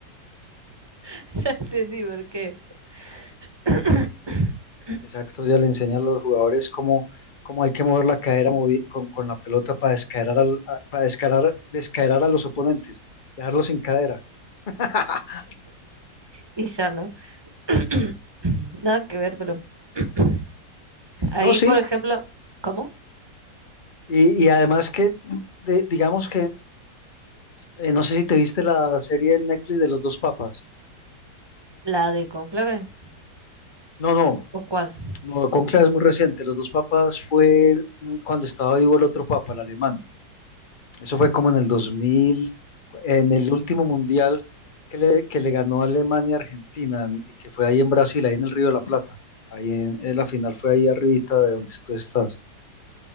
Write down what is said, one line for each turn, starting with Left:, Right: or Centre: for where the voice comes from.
Right: <laughs> ya entendí por qué. <coughs>
Left: exacto, ella le enseña a los jugadores cómo, cómo hay que mover la cadera movi- con, con la pelota para descaerar, al- a- para descaerar, descaerar a los oponentes, dejarlos sin cadera. <laughs>
Right: Y ya no. <coughs> Nada que ver, pero. <coughs> Ahí,
Left: No, sí,
Right: por ejemplo, ¿cómo?
Left: y, y además que, de- digamos que, eh, no sé si te viste la serie en Netflix de los dos papas.
Right: ¿La de Cónclave?
Left: No, no.
Right: ¿O cuál?
Left: No, conclave es muy reciente. Los dos papas fue mm, cuando estaba vivo el otro papa, el alemán. Eso fue como en el 2000, en el último mundial que le, que le ganó Alemania a Argentina, en- que fue ahí en Brasil, ahí en el Río de la Plata. Ahí en, en la final fue ahí arribita de donde tú estás.